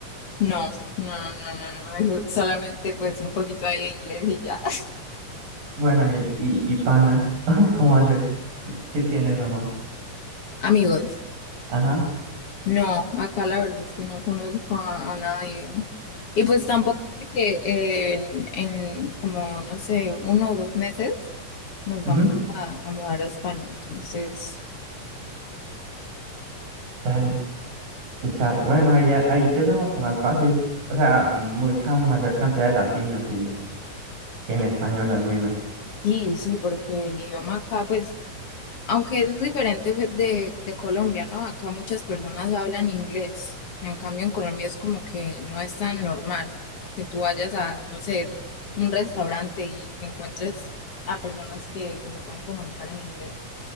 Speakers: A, on the left; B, on the right.
A: no, no, no, no, no. Eso solamente pues un poquito ahí de inglés y ya. <laughs>
B: Bueno, y, y, y panas, <laughs> ¿cómo haces? Si tienes o no.
A: Amigos.
B: Ajá.
A: No, acá la verdad es que no conozco a, a nadie. Y pues tampoco sé que eh, en, en como, no sé, uno o dos meses nos
B: ujú,
A: vamos a, a mudar a España. Entonces,
B: Dale, qué charro. Bueno, ahí, ya- ahí ya es como que más fácil. O sea, mucha mayor cantidad de latinos y, y en español al menos.
A: sí, sí, porque el idioma acá, pues, aunque es diferente de, de de Colombia, ¿no? Acá muchas personas hablan inglés. En cambio, en Colombia es como que no es tan normal que tú vayas a, no sé, un restaurante y encuentres a personas que, que se pueden comunicar en inglés.